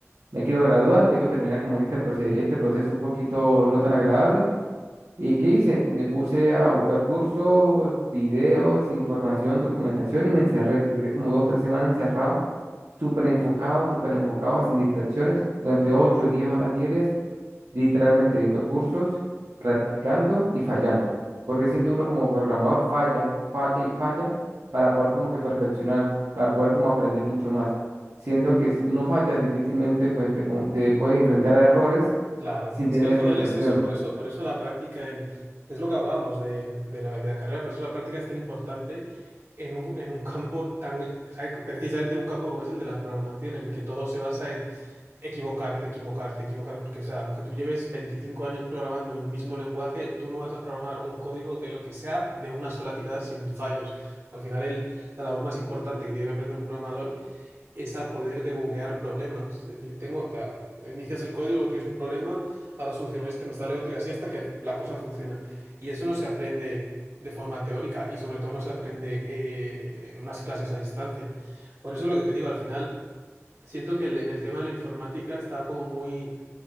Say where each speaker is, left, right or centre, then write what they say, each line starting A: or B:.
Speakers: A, on the right (about 80°); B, on the right (about 60°).
A: me quiero graduar, llego a terminar como que este, proce- este proceso un poquito no tan agradable ¿Y qué hice? Me puse a buscar cursos, videos, información, documentación y me encerré. Duré como dos, tres semanas encerrado, súper enfocado, súper enfocado, sin distracciones, durante ocho, diez horas diarias, literalmente viendo cursos, practicando y fallando. Porque siento uno como programador falla, falla y falla para poder como que perfeccionar, para poder como aprender mucho más. Siento que si tú no fallas, difícilmente pues te, como- te puedes enfrentar a errores
B: Claro,
A: sin
B: es
A: tener
B: que al final
A: frustración.
B: es eso, por eso, por eso la práctica en, es lo que hablábamos de, de la, de la carrera, por eso la práctica es tan importante en un, en un campo tan, o sea, precisamente en un campo como es el de la programación, en el que todo se basa en equivocarte, equivocarte, equivocarte, porque o sea, aunque tú lleves 25 años programando el mismo lenguaje, tú no vas a programar un código de lo que sea de una sola tirada sin fallos. Al final el- la labor más importante que tiene que aprender un programador es a poder debuguear problemas. Es decir, tengo, o sea, inicias el código, tienes un problema, ahora soluciono este, me sale otro y así hasta que la cosa funciona. Y eso no se aprende de forma teórica y sobre todo no se aprende eh, en unas clases a distancia. Por eso lo que te digo, al final, siento que el- en el tema de la informática está como muy